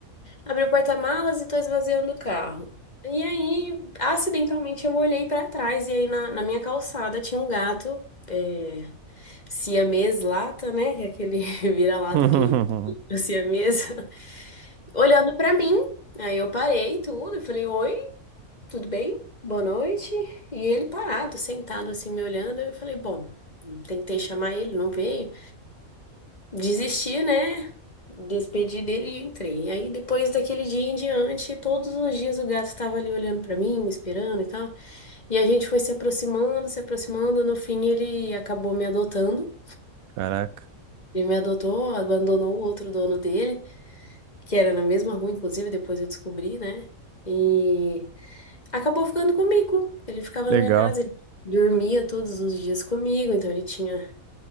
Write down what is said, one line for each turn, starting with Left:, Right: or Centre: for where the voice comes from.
Left: Abri o porta-malas e tô esvaziando o carro. E aí, acidentalmente, eu olhei pra trás e aí na, na minha calçada tinha um gato, é, siamês lata, né? Que é aquele <laughs> vira-lata
Right: <laughs>
Left: que o siamês, <laughs> olhando pra mim. Aí eu parei tudo e falei, oi, tudo bem? Boa noite. E ele parado, sentado assim, me olhando. Eu falei, bom, tentei chamar ele, não veio. Desisti, né? Despedi dele e entrei. E aí, depois daquele dia em diante, todos os dias o gato estava ali olhando para mim, me esperando e tal. E a gente foi se aproximando, se aproximando. No fim, ele acabou me adotando.
Right: Caraca,
Left: Ele me adotou, abandonou o outro dono dele, que era na mesma rua, inclusive, depois eu descobri, né? E acabou ficando comigo. Ele ficava
Right: legal,
Left: na minha casa, ele dormia todos os dias comigo, então ele tinha